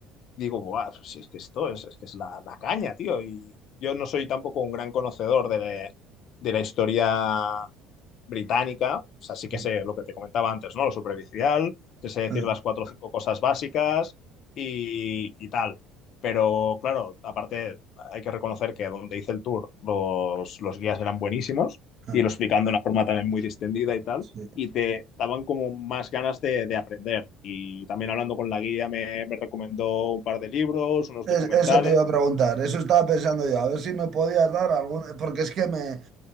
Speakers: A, on the left; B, on the right.
A: digo, Buah, pues si es que esto es, es que es la, la caña, tío. Y yo no soy tampoco un gran conocedor de, la- de la historia británica, o sea, sí que
B: mm,
A: sé lo que te comentaba antes, ¿no? Lo superficial, te sé decir
B: mm,
A: las cuatro o cinco cosas básicas y, y tal. Pero claro, aparte hay que reconocer que donde hice el tour los, los guías eran buenísimos
B: mm.
A: y lo explicando de una forma también muy distendida y tal
B: Sí.
A: y te daban como más ganas de, de aprender. Y también hablando con la guía me, me recomendó un par de libros, unos
B: Es-
A: documentales.
B: Eso te iba a preguntar, eso estaba pensando yo, a ver si me podías dar algún, porque es que me,